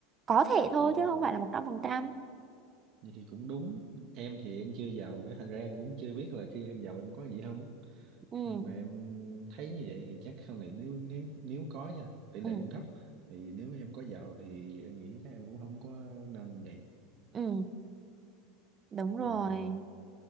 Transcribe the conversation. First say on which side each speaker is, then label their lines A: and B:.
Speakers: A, on the right; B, on the right.
A: Có thể thôi
B: vậy
A: chứ
B: thì,
A: không phải là 100%.
B: ờ, vậy thì cũng đúng em thì em chưa giàu cái thành ra em cũng chưa biết là khi em giàu em có gì không
A: Ừ,
B: nhưng mà em thấy như vậy thì chắc sau này nếu nếu nếu có nha tỷ lệ
A: ừ,
B: cũng thấp thì nếu em có giàu thì em nghĩ chắc em cũng không có nên như vậy
A: ừ, đúng rồi.
B: mà